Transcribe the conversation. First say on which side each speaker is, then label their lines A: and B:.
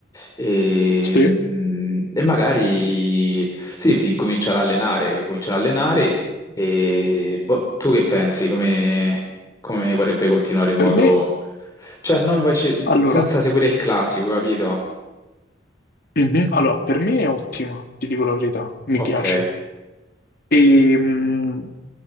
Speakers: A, on the left; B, on the left.
A: e,
B: Sì.
A: mm, e magari sì, si incomincia ad allenare, comincia ad allenare e boh, tu che pensi? Come, come vorrebbe continuare in modo...
B: Per me,
A: Cioè, non invece-
B: allora,
A: senza seguire il classico, capito?
B: Mhm. allora, per me è ottima, ti dico la verità, mi
A: Ok.
B: piace. E, mh,